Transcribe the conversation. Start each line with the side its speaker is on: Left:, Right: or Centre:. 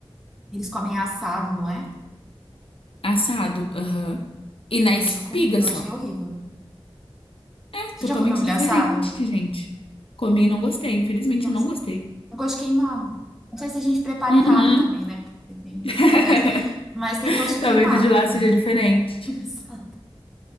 Centre: Eles comem assado, não é?
Left: Assado, aham. E na
Centre: Eu
Left: espiga
Centre: já comi, eu
Left: só.
Centre: achei horrível.
Left: É,
Centre: Você
Left: totalmente
Centre: já comeu milho
Left: diferente,
Centre: assado?
Left: gente. Comi e não gostei, infelizmente
Centre: Nossa,
Left: eu não gostei.
Centre: tem gosto de queimado. Não sei se a gente prepara
Left: Uhum.
Centre: errado também, né? Tem,
Left: <laughs>
Centre: tem dessa. Mas tem gosto de
Left: Talvez
Centre: queimado
Left: o de lá
Centre: pra mim.
Left: seja diferente.
Centre: <laughs> Exato.